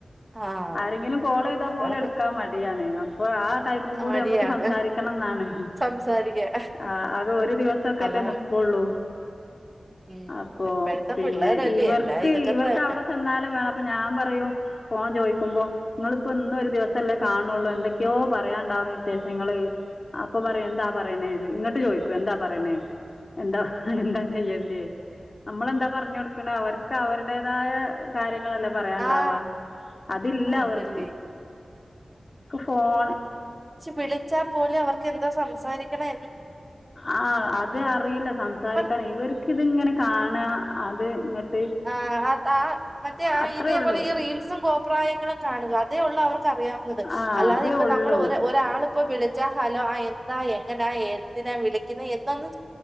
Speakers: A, on the right; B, on the left.
A: ആഹ്
B: ആരെങ്കിലും കോളെയ്താപോലും
A: അതാണ്
B: എടുക്കാം മടി ര്യാണ് അപ്പൊഴാ ഹ് ടൈമുംകൂടി
A: മടിയാണ്
B: അമ്മക്ക് സംസാരിക്കണംന്നാണ്
A: സംസാരിക്കാൻ
B: ആഹ് അത്ഒരു ദിവസൊക്കെല്ലേ
A: അതാണ്
B: നിക്കൊള്ളൂ
A: ഉം
B: അപ്പൊ
A: ഇപ്പഴത്തെ
B: പിന്നെ
A: പിള്ളേരല്ലേ
B: ഇവർക്ക്
A: എല്ലാം ഇതൊക്കെ
B: ഇവർക്കവ്ടെ
A: തന്നെ
B: ചെന്നാലുംവേണം അപ്പൊഞാൻപറയും ഫോൺചോയിക്കുമ്പോ ഇങ്ങ്ള്പ്പോ ഇന്നൊര് ദിവസല്ലേകാൺണൊള്ളൂ എന്തൊക്കെയോ പറയാൻണ്ടാവും വിശേഷങ്ങള് അപ്പൊപറയും എന്താപറയണേ ഇങ്ങട്ട് ചോയി ക്കും എന്താപറയണേ എന്താ എന്താചെയ്യണ്ടേ നമ്മളെന്താപറ്ഞ്ഞൊട്ക്കണെ അവർക്ക്അവര്ടേ താഴെ കാ <unintelligible> ങ്ങളല്ലേ പറയാണ്ടാവാ
A: ആഹ്
B: അതില്ലഅവർക്ക്
A: അതല്ലേ
B: ക്ക് ഫോണ്
A: വിളിച്ച പോലും അവർക്കെന്താ സംസാരിക്കണെ
B: ആ അത് അറിയില്ല സംസാരിക്കണം
A: ഇപ്പ
B: ഇവർക്ക് ഇതിങ്ങനെ കാണാ അത് ഇങട്ട്
A: ആ അ ആ മറ്റേ
B: അത്രയേ
A: ഇതേപോലെ
B: ഉള്ളൂ
A: ഈ റീൽസും കോപ്രായങ്ങളും കാണുക അതേ ഉള്ള് അവർക്ക് റിയാവുന്നത്
B: ആ
A: അല്ലാതെപ്പ
B: അതേ ഉള്ളൂ
A: നമ്മള് ഒരാള് ഇപ്പോ വിളി ച്ച ഹാലോ ആ എന്താ എങ്ങനാ എന്തിനാ വിളിക്കുന്നെ എന്തൊന്ന്